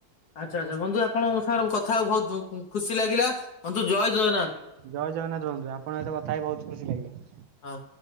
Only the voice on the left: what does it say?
ଆଚ୍ଛା ଆଚ୍ଛା ବନ୍ଧୁ ଆପଣଙ୍କ ସାଙ୍ଗରେ କଥା ବହୁତ ଭୋକ ଖୁସି ଲାଗିଲା ବନ୍ଧୁ ଜୟ ଜଗନ୍ନାଥ।
ହଁ।